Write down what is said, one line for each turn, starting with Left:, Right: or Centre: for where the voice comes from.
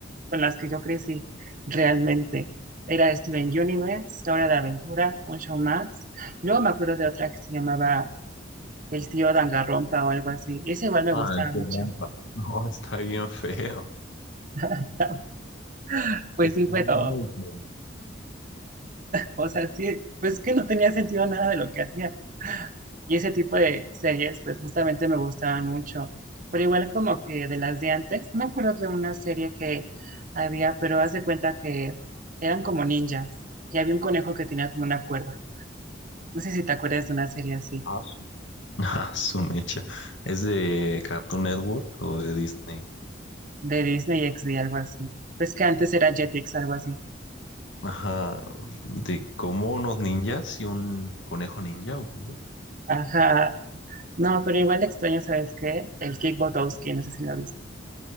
Right: con las que yo crecí realmente. Era Steven Universe, Hora de Aventura, un show más. Luego me acuerdo de otra que se llamaba El tío Dangarrompa o algo así. ese igual me
Left: Ah,
Right: gustaba mucho.
Left: qué trampa. <laughs> No, está bien feo.
Right: <laughs>
Left: <laughs>
Right: Pues
Left: Está
Right: sí, pero,
Left: muy feo.
Right: o sea, sí, pues que no tenía sentido nada de lo que hacía. Y ese tipo de series, pues justamente me gustaban mucho. Pero igual como que de las de antes, me acuerdo de una serie que había, pero haz de cuenta que eran como ninjas. Y había un conejo que tenía como una cuerda. No sé si te acuerdas de una serie así.
Left: Ah, su- <laughs> Ah, su mecha. ¿Es de Cartoon Network o de Disney?
Right: de Disney XD, algo así. Pues que antes era Jetix, algo así.
Left: Ajá, de como unos ninjas y un conejo ninja o cómo.
Right: Ajá. No, pero igual extraño, ¿sabes qué? El Kick Botowski, no sé si lo viste.